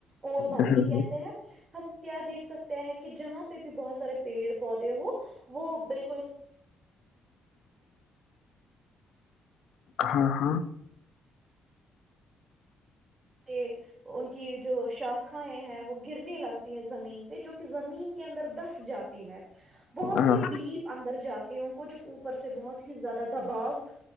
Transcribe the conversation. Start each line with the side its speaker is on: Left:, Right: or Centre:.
Right: کول بنتی
Left: ہاں
Right: کیسے ہم کیا دیکھ سکتے ہیں کہ جہاں پہ بھی بہت سارے پیڑ پودے ہو وہ بالکل
Left: ہاں ہاں
Right: کہ ان کی جو شاخائیں ہیں وہ گرنے لگتی ہے زمین پہ جو کہ زمین کے اندر دس جاتی ہے بہت
Left: ہاں
Right: ہی ڈیپ اندر جا کے ان کو جب اوپر سے بہت ہی زیادہ دباؤ